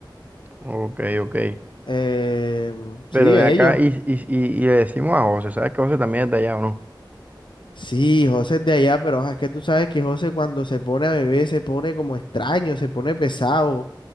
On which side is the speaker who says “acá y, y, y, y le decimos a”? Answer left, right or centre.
Right